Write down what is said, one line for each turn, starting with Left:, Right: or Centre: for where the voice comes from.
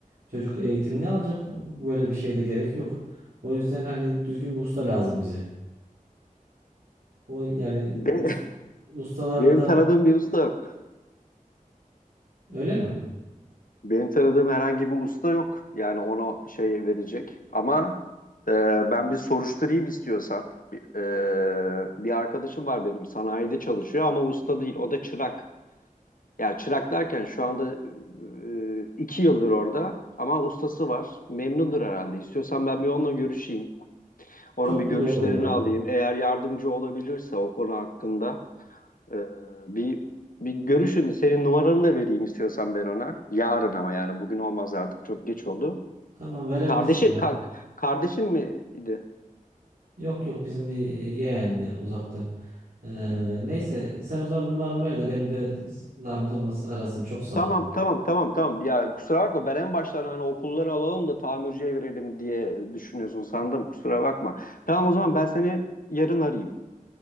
Right: çocuk eğitim ne alacak? Böyle bir şeye de gerek yok. O yüzden hani düzgün bir usta lazım bize. O yani
Left: Be-
Right: us-
Left: <laughs>
Right: ustaları
Left: benim
Right: da
Left: tanıdığım bir usta yok.
Right: öyle mi?
Left: Benim tanıdığım herhangi bir usta yok. Yani ona şey verecek. Ama e, ben bir soruşturayım istiyorsan. Bir, e, bir arkadaşım var benim sanayide çalışıyor ama usta değil. O da çırak. Ya çırak derken şu anda e, e, iki yıldır orada ama ustası var. Memnundur herhalde. İstiyorsan ben bir onunla görüşeyim. Onun
Right: Çok
Left: bir görüşlerini
Right: iyi olur ya.
Left: alayım. Eğer yardımcı olabilirse o konu hakkında e, bir bir görüşün. Senin numaranı da vereyim istiyorsan ben ona. Yarın ama yani bugün olmaz artık çok geç oldu.
Right: Tamam verebilirsin
Left: Kardeşi
Right: ya.
Left: ka- kardeşin miydi?
Right: Yok yok bizim bir yeğen ya, uzaktan. Ee, neyse sen o zaman numaramı ver de beni bir zahmet olmazsa arasın. Çok sağ
Left: Tamam
Right: ol.
Left: tamam tamam tamam. Ya kusura bakma ben en baştan hani okulları alalım da tamirciye verelim diye düşünüyorsun sandım. Kusura bakma. Tamam o zaman ben seni yarın arayayım